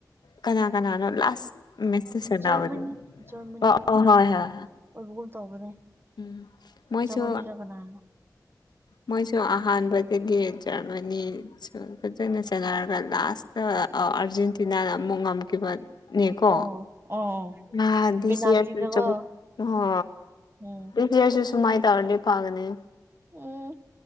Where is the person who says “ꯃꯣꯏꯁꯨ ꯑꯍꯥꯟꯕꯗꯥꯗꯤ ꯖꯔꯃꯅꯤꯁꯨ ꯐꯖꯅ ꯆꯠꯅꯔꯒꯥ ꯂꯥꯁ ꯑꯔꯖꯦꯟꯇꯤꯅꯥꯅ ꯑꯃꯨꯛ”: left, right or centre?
Left